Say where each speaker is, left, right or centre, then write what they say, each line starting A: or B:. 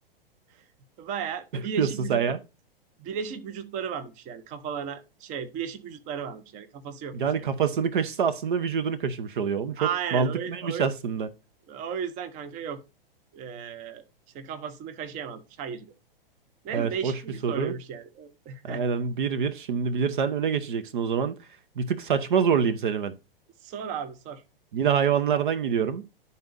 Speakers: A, on the right; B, on the right.
A: <laughs> Baya
B: <laughs> Ne yapıyorsun
A: bileşik vücut
B: sen ya?
A: bileşik vücutları varmış yani kafalarına şey bileşik vücutları varmış yani kafası yokmuş
B: Yani
A: direkt.
B: kafasını kaşısa aslında vücudunu kaşımış oluyor. Oğlum çok
A: Aynen
B: mantıklıymış
A: o, o,
B: aslında.
A: o yüzden kanka yok. E, işte kafasını kaşıyamazmış. Hayır dedi. Neyse
B: Evet
A: değişik
B: hoş
A: bir
B: bir soru.
A: soruymuş yani.
B: Aynen
A: <laughs>
B: bir bir. Şimdi bilirsen öne geçeceksin o zaman. Bir tık saçma zorlayayım seni ben.
A: Sor abi sor.
B: Yine hayvanlardan gidiyorum.